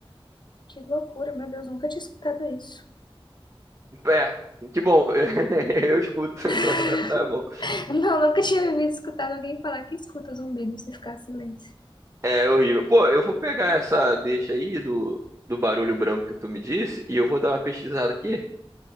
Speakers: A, on the left; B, on the right.
A: Que loucura, meu Deus, nunca tinha escutado isso.
B: É, que bom, <laughs> eu escuto,
A: <laughs>
B: não é, não é bom.
A: Não, nunca tinha ouvido escutado alguém falar que escuta zumbidos e ficar em silêncio.
B: É horrível. Pô, eu vou pegar essa deixa aí do, do barulho branco que tu me disse e eu vou dar uma pesquisada aqui.